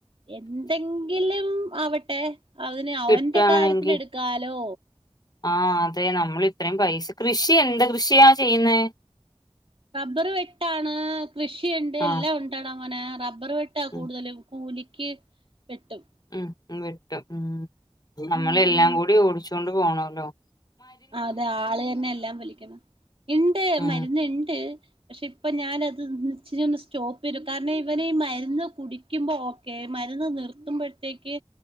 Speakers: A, on the right; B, on the left.
A: എന്തെങ്കിലും ആവട്ടെ അവന് അവൻ്റെ
B: കിട്ടുവാണെങ്കി
A: കാര്യത്തിന് എടുക്കാലോ
B: ആഹ് അതെ നമ്മൾ ഇത്രയും പൈസ കൃഷി എന്ത്‌ കൃഷിയാ ചെയ്യുന്നെ
A: റബ്ബർ വെട്ടാണ് കൃഷിയുണ്ട് എല്ലാം
B: ആഹ്
A: ഉണ്ടടാങ്ങനെ റ റബ്ബർ വെട്ടാ കൂടുതലും
B: ഉം
A: കൂലിക്ക് വെട്ടും
B: ഉം വെട്ടും ഉം നമ്മള്
A: ഉം
B: എല്ലാം
A: ഉം
B: കൂടി ഓടിച്ചുകൊണ്ട് പോണോല്ലോ
A: അതെ ആള് തന്നെ എല്ലാം വലിക്കണം ഇണ്ട്
B: ഉം
A: മരുന്ന് ഇണ്ട് പക്ഷേ ഇപ്പം ഞാനത് ന്ന് ഇച്ചിരി ഒന്ന് സ്റ്റോപ്പ് ചെയ്തു കാരണം ഇവനീ മരുന്ന് കുടി ക്കുമ്പോ ഓക്കെ മരുന്ന് നിർത്തുമ്പോഴത്തേക്ക്